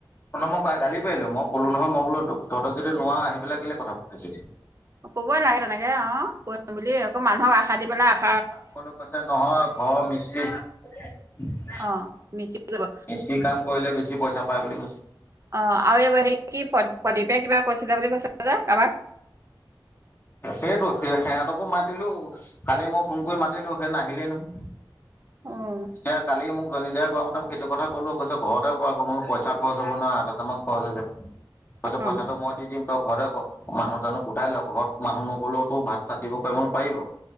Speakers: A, on the left; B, on the right.
A: ন মই ক গালি পাৰিলো। মই ক'লো নহয়, মই বোলো তহঁত যদি নোৱা, আহি পেলাই কেলে কথা পাতিছ?
B: কবই লাগে তেনেকে, অ' কৰিম বুলি আকৌ মানুহক আশা দি পেলাই আ
A: তাক কলে কৈছে নহয়, ঘৰ মিস্ত্ৰী-মিস্ত্ৰী
B: অ মিস্ত্ৰী কৰিব
A: কাম কৰিলে বেছি বেছি পইচা পাই বুলি কৈছে।
B: অ' আৰু এই হেৰি কি প্ৰদীপে কিবা কৈছিলে বুলি কৈছিল যে কাৰোবাক
A: সেইটো, সেই সিহঁতকো মাতিলো কালি মই ফোন কৰি মাতিলো সেই নাহিলেই নহয়।
B: অ',
A: এ কালি মোক- নিদায় কুৱা মতে সেইটো কথা কলো, কৈছ ঘৰতে- ক আকৌ মোৰ পইচা খৰচ হ'ব নহয়, আাত হাজাৰ মান খৰচ হৈ যাব। ত পছত পইচাটো
B: অ',
A: মই দিম। ঘৰে ক মানুহ জানুহ গোটাই লক ঘৰত মানুহ নগ'লেওতো ভাত চাত দিব পাৰিব মই বোলো পাৰিব।